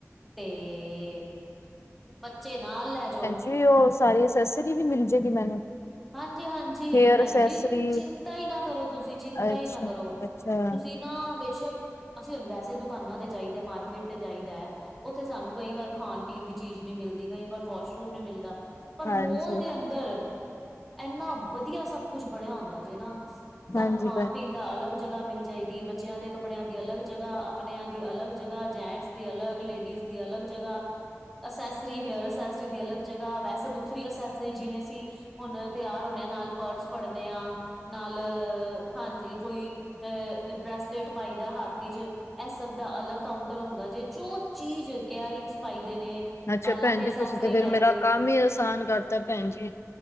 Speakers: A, in the centre; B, on the left.
A: ਤੇ ਬੱਚੇ ਨਾਲ ਲੈ ਜੋ
B: ਕਿ ਉਹ ਸਾਰੀ ਅਸੈਸਰੀ ਵੀ ਮਿਲ ਜੇਗੀ ਮੈਨੂੰ
A: ਹਾਂਜੀ ਹਾਂਜੀ
B: ਹੇਅਰ
A: ਭੈਣ
B: ਅਸੈਸਰੀ
A: ਜੀ ਚਿੰਤਾ ਹੀ ਨਾ ਕਰੋ ਤੁਸੀਂ ਚਿੰਤਾ
B: ਅੱਛਾ
A: ਹੀ ਨਾ ਕਰੋ
B: ਅੱਛਾ।
A: ਤੁਸੀਂ ਨਾ ਬੇਸ਼ੱਕ ਅਸੀਂ ਹੁਣ ਵੈਸੇ ਦੁਕਾਨਾਂ ਤੇ ਜਾਈਦਾ ਹੈ ਮਾਰਕੀਟ ਤੇ ਜਾਈਦਾ ਹੈ ਉੱਥੇ ਸਾਨੂੰ ਕਈ ਵਾਰ ਖਾਣ ਪੀਣ ਦੀ ਚੀਜ਼ ਨਹੀਂ ਮਿਲਦੀ ਕਈ ਵਾਰ ਵਾਸ਼ਰੂਮ ਨੀ ਮਿਲਦਾ ਪਰ
B: ਹਾਂਜੀ
A: ਮੋਲ ਦੇ ਅੰਦਰ ਇੰਨਾ ਵਧੀਆ ਸਭ ਕੁਛ ਬਣਿਆ ਹੁੰਦਾ ਜੇ ਨਾ ਸਾਨੂੰ
B: ਹਾਂਜੀ
A: ਖਾਣ
B: ਭੈਣ
A: ਪੀਣ ਦਾ ਅਲੱਗ ਜਗ੍ਹਾ ਮਿਲ ਜਾਏਗੀ ਬੱਚਿਆਂ ਦੇ ਕੱਪੜਿਆਂ ਦੀ ਅਲੱਗ ਜਗ੍ਹਾ ਆਪਣਿਆਂ ਦੀ ਅਲੱਗ ਜਗ੍ਹਾ ਜੈਂਟਸ ਦੀ ਅਲੱਗ ਲੇਡੀਜ਼ ਦੀ ਅਲੱਗ ਜਗ੍ਹਾ ਅਸੈਸਰੀ ਹੇਅਰ ਅਸੇਸਰੀ ਦੀ ਅਲੱਗ ਜਗ੍ਹਾ ਵੈਸੇ ਦੂਸਰੀ ਅਸੇਸਰੀ ਜਿਵੇਂ ਅਸੀਂ ਹੁਣ ਤਿਆਰ ਹੁਂਦੇ ਆ ਨਾਲ ਪਰਸ ਫੜ ਨੇ ਆ ਨਾਲ ਹਾਂਜੀ ਕੋਈ ਅ ਬ੍ਰੈਸਲੇਟ ਪਾਈ ਦਾ ਹੱਥ ਏਚ ਇਹ ਸਭ ਦਾ ਅਲੱਗ ਕਾਉਂਟਰ ਹੁੰਦਾ ਜੇ ਜੋ ਚੀਜ਼ ਏਅਰ ਰਿੰਗਸ ਪਾਈਦੇ ਨੇ
B: ਅੱਛਾ
A: ਬਾਲਾਂ
B: ਭੈਣ
A: ਤੇ
B: ਜੀ
A: ਅਸੈਸਰੀ
B: ਤੁਸੀਂ ਤਾਂ ਫੇਰ
A: ਲਾਈ
B: ਮੇਰਾ
A: ਦੇ
B: ਕੰਮ ਹੀ ਆਸਾਨ ਕਰਤਾ ਭੈਣ ਜੀ